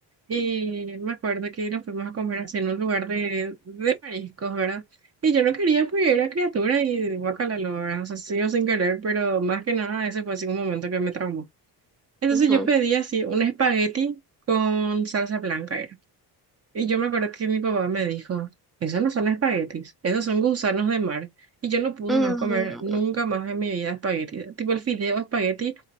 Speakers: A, on the right; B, in the centre.
A: Y me acuerdo que nos fuimos a comer así en un lugar de, de mariscos, ¿verdad? Y yo no quería, pues era criatura y guacala, lo, ¿verdad? O sea, sí o sin querer, pero más que nada ese fue así un momento que me traumó. Entonces
B: ujú,
A: yo
B: ujú.
A: pedí así un espagueti con salsa blanca, y yo me acuerdo que mi papá me dijo, esos no son espaguetis, esos son gusanos de mar. Y yo no pude
B: Mm,
A: más comer nunca más en mi vida espagueti. Tipo el fideo espagueti,